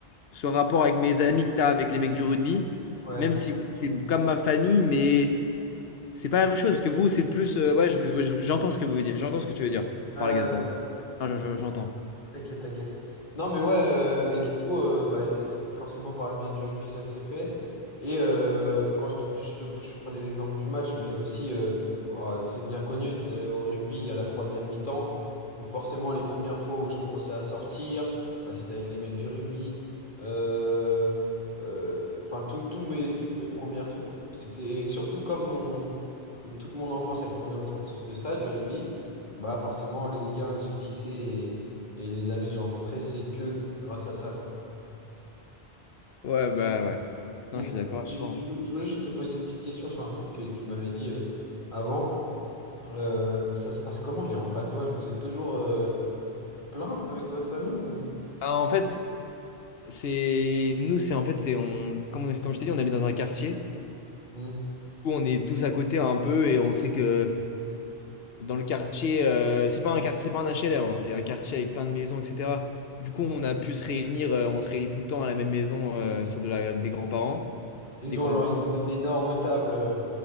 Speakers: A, on the left (about 65°); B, on the left (about 50°).
A: ce rapport avec mes amis que t'as avec les mecs du rugby,
B: ouais.
A: même si c'est comme ma famille, mais. C'est pas la même chose, parce que vous, c'est plus. euh, ouais, je- je- je- j'entends ce que vous voulez dire. J'entends ce que tu veux dire
B: Euh,
A: par le Gaston. Ah, je- je- j'entends.
B: T'inquiète, t'inquiète. Non, mais ouais, euh, et du coup, euh, bah, c'est- forcément, par le biais du rugby, ça s'est fait. Et euh, quand je te, je te- je te prenais l'exemple du match, mais aussi, euh, euh, c'est bien connu, euh, au rugby, il y a la troisième mi-temps. Donc, forcément, les premières fois où je commençais à sortir, bah, c'était avec les mecs du rugby. Euh, euh, Enfin, tous tous mes, toutes mes premières trucs, c'était. Et surtout, comme mon, toute mon enfance, elle tournait autour de de ça, du rugby, bah, forcément, les liens que j'ai tissés. Et les amis que j'ai rencontrés, c'est que grâce à ça, quoi.
A: Ouais, bah ouais. Non,
B: Mm.
A: je suis d'accord
B: J'ai-
A: avec toi. hein.
B: Je vou- je voulais juste te poser une petite question sur un truc que tu m'avais dit euh, avant. Euh, ça se passe comment les repas de Noël? Vous êtes toujours euh, plein avec votre famille ou
A: Ah, en fait, c'est. Nous, c'est en fait, c'est. On... Comme, on- comme je t'ai dit, on habite dans un quartier
B: Hmm.
A: où on est tous à côté un peu et on sait que dans le quartier. euh, c'est pas un quart- c'est pas un HLM, hein, c'est un quartier avec plein de maisons, etc. Du coup, on a pu se réunir. euh, on se réunit tout le temps à la même maison, euh, celle de la... des grands-parents.
B: Ils
A: Des
B: ont
A: grands-parents.
B: genre Euh, une, une énorme table. euh.